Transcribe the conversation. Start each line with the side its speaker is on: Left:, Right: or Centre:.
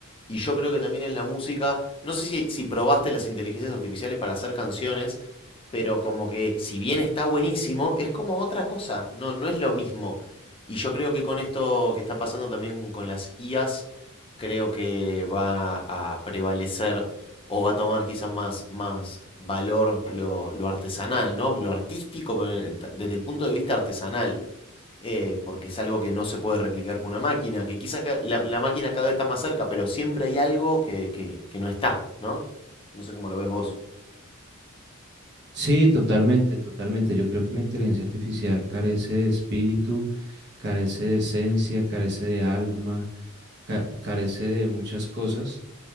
Left: Y yo creo que también en la música, no sé si, si probaste las inteligencias artificiales para hacer canciones, pero como que si bien está buenísimo, es como otra cosa, no, no es lo mismo. Y yo creo que con esto que está pasando también con las IAs, creo que va a prevalecer o va a tomar quizás más, más valor lo, lo artesanal, ¿no? Lo artístico, pero en- ta- desde el punto de vista artesanal eh, porque es algo que no se puede replicar con una máquina, que quizás ca- la, la máquina cada vez está más cerca, pero siempre hay algo que, que- que no está, ¿no? No sé cómo lo ves vos.
Right: Sí, totalmente, totalmente. Yo creo que la inteligencia artificial carece de espíritu, carece de esencia, carece de alma, ca- carece de muchas cosas